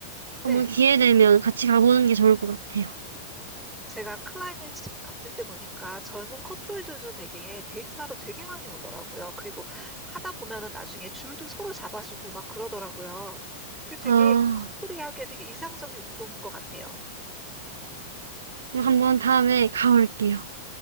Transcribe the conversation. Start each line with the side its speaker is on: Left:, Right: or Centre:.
Centre: 네.
Right: 한 번 기회 되면 같이 가보는 게 좋을 것 같아요.
Centre: 제가 클라이밍 짐 갔을 때 보니까 젊은 커플들도 되게 데이트하러 되게 많이 오더라고요. 그리고 하다 보면은 나중에 줄도 서로 잡아주고 막 그러더라고요. 이게 되게
Right: 아,
Centre: 커플이 하기에 되게 이상적인 운동인 것 같아요.
Right: 그럼 한 번 다음에 가볼게요.